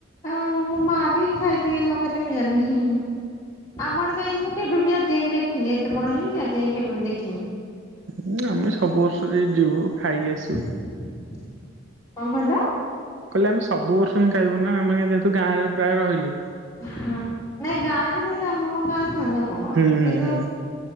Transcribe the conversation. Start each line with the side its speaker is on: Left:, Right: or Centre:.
Left: ଆଉ। ନା ମୋ ମା ଵି ଖାଇଥିବେ କି ନଖାଇଥିବେ ମୁଁ ଜାଣିନି। ଆମର କି ମୁଁ କେବେ ବି ଆଜି ଯାଇ ଦେଖିନି ଏତେ ବଡ ହେଲିଣି ଆଜି ଯାଇ କେବେ ବି ଦେଖିନି।
Right: ହୁଁ ଆମେ ସବୁ ବର୍ଷ ଯାଇଛୁ ଖାଇକି ଆସିବୁ।
Left: କଣ କହିଲ।
Right: କହିଲେ ଆମେ ସବୁ ବର୍ଷ ହିଁ ଖାଇବୁ ନାଁ ଆମେ ଗାଁ ରେ ଯେହେତୁ ପ୍ରାୟ ରହିଲୁ।
Left: ହଁ ନାଇଁ ଗାଁରେ ନହଲେ ଆମ କଣ ଗାଁରେ ନୁହ ନା କଣ
Right: ହୁଁ ହୁଁ
Left: କିନ୍ତୁ।
Right: ହୁଁ